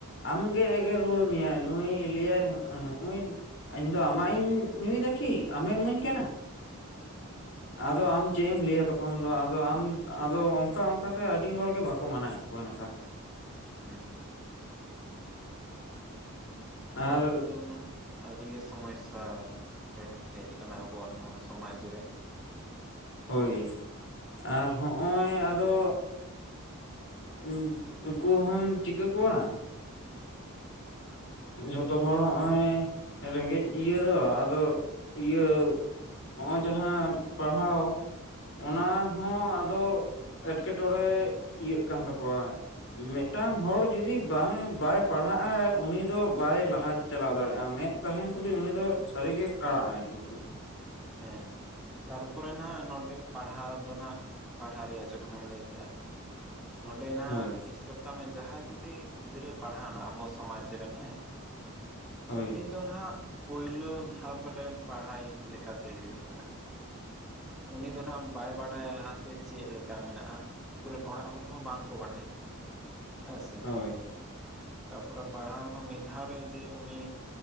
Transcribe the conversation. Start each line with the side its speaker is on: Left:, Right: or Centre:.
Left: ᱟᱢ ᱜᱮ ᱮᱜᱮᱨ ᱨᱩᱣᱟᱹᱲ ᱢᱮᱭᱟᱭ ᱱᱩᱭ ᱞᱟᱹᱭ ᱟᱭ ᱦᱚᱸᱜ-ᱚ‌ ᱦᱩᱜ-ᱩᱸᱭ ᱤᱧᱫᱚ ᱟᱢᱟᱜ ᱤᱧ ᱧᱩᱭ ᱫᱟ ᱠᱤ ᱟᱢᱮᱢ ᱤᱢᱟᱹᱧ ᱠᱟᱱᱟ, ᱟᱫᱚ ᱟᱢ ᱪᱮᱫ ᱮᱢ ᱞᱟᱹᱭᱟ ᱛᱚᱠᱷᱚᱱ ᱫᱚ ᱟᱫᱚ ᱟᱢ ᱟᱫᱚ ᱚᱝᱠᱟ ᱚᱝᱠᱟ ᱛᱮ ᱟᱹᱰᱤ ᱦᱚᱲ ᱜᱮ ᱵᱟᱠᱚ ᱢᱟᱱᱟᱣᱭᱮᱫ ᱠᱚᱣᱟ ᱱᱮᱛᱟᱨ᱾
Centre: ᱦᱩᱸ ᱱᱚᱣᱟ
Left: ᱟᱨ
Centre: ᱠᱚᱫᱚ ᱱᱟᱦᱟᱜ ᱟᱹᱰᱤ ᱜᱮ ᱥᱚᱢᱚᱭᱥᱟ ᱨᱮ ᱦᱮᱡ ᱟᱠᱟᱱᱟ ᱟᱵᱚᱣᱟᱜ ᱱᱚᱣᱟ ᱥᱚᱢᱟᱡᱽ ᱨᱮ,
Left: ᱦᱳᱭ, ᱟᱨ ᱦᱚᱸᱜ-ᱚᱭ ᱟᱫᱚ ᱩᱸ ᱩᱱᱠᱩ ᱦᱚᱢ ᱪᱤᱠᱟᱹ ᱠᱚᱣᱟ, ᱡᱚᱛᱚ ᱦᱚᱲ ᱦᱚᱸᱜ-ᱚᱭ ᱨᱮᱸᱜᱮᱡ ᱤᱭᱟᱹ ᱫᱚ ᱟᱫᱚ ᱤᱭᱟᱹ ᱦᱚᱸᱜ-ᱚᱭ ᱡᱟᱦᱟᱸ ᱯᱟᱲᱦᱟᱣ ᱚᱱᱟ ᱦᱚᱸ ᱟᱫᱚ ᱮᱴᱠᱮᱴᱚᱲᱮ ᱤᱭᱟᱹᱜ ᱠᱟᱱ ᱛᱟᱠᱚᱣᱟ, ᱢᱤᱫᱴᱟᱝ ᱦᱚᱲ ᱡᱩᱫᱤ ᱵᱟᱝ ᱵᱟᱭ ᱯᱟᱲᱦᱟᱜ-ᱟᱭ ᱩᱱᱤ ᱩᱱᱤ ᱫᱚ ᱵᱟᱭ ᱞᱟᱦᱟ ᱪᱟᱞᱟᱣ ᱫᱟᱲᱮᱭᱟᱜ-ᱟ, ᱢᱮᱸᱫ ᱛᱟᱦᱮᱸᱱ ᱛᱩᱞᱩᱡ ᱩᱱᱤ ᱫᱚ ᱥᱟᱹᱨᱤ ᱜᱮ ᱠᱟᱬᱟᱜ ᱟᱭ ᱠᱤᱱᱛᱩ᱾
Centre: ᱦᱮᱸ᱾ ᱛᱟᱨᱯᱚᱨᱮ ᱱᱟᱦᱟᱜ ᱱᱚᱸᱰᱮ ᱯᱟᱲᱦᱟᱣ ᱫᱚ ᱱᱟᱦᱟᱜ, ᱯᱟᱲᱦᱟᱣ ᱨᱮᱭᱟᱜ ᱡᱚᱠᱷᱚᱱᱮᱢ ᱞᱟᱹᱭ ᱠᱮᱫᱮᱜ-ᱟ, ᱱᱚᱰᱮ ᱱᱟᱦᱟᱜ
Left: ᱦᱳᱭ
Centre: ᱦᱤᱥᱟᱹᱵ ᱠᱟᱜ ᱢᱮ ᱡᱟᱦᱟᱸᱭ ᱡᱩᱫᱤ ᱜᱤᱫᱽᱨᱟᱹ ᱯᱟᱲᱦᱟᱣᱱᱟ ᱟᱵᱚ ᱥᱚᱢᱟᱡᱽ ᱨᱮᱱ ᱦᱮᱸ,
Left: ᱦᱳᱭ
Centre: ᱩᱱᱤ ᱫᱚ ᱱᱟᱦᱟᱜ ᱯᱳᱭᱞᱳ ᱫᱷᱟᱯ ᱨᱮᱱ ᱯᱟᱲᱦᱟᱣᱤᱡ ᱞᱮᱠᱟᱛᱮ ᱦᱩᱭᱩᱜ ᱠᱟᱱᱟ᱾ ᱩᱱᱤ ᱫᱚ ᱱᱟᱦᱟᱜ ᱵᱟᱭ ᱵᱟᱰᱟᱭᱟ ᱞᱟᱦᱟ ᱥᱮᱫ ᱪᱮᱫ ᱞᱮᱠᱟ ᱢᱮᱱᱟᱜ-ᱟ, ᱩᱱᱠᱩ ᱨᱮᱱ ᱚᱲᱟᱜ ᱦᱚᱲ ᱦᱚᱸ ᱵᱟᱝ ᱠᱚ ᱵᱟᱲᱟᱭᱟ, ᱦᱮᱸ ᱥᱮ᱾
Left: ᱦᱳᱭ
Centre: ᱛᱟᱯᱚᱨᱮ ᱯᱟᱲᱦᱟᱣ ᱦᱚᱸ ᱢᱤᱫ ᱫᱷᱟᱣ ᱨᱮ ᱡᱮ ᱩᱱᱤ